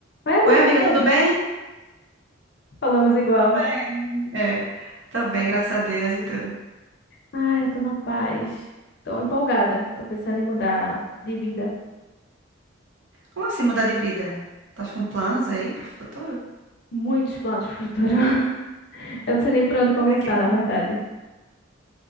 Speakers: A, on the left; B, on the right.
A: Oi, amiga,
B: Oi, amiga,
A: e
B: tudo
A: aí?
B: bem?
A: Falamos igual.
B: Tô bem. É, tô bem, graças a Deus e tu.
A: Ai, eu tô na paz. Tô empolgada. Tô pensando em mudar de vida.
B: Como assim mudar de vida? Tá com planos aí pro futuro?
A: Muitos planos pro futuro. <laughs> Eu não sei nem por onde começar,
B: Ai, que
A: na
B: bom.
A: verdade.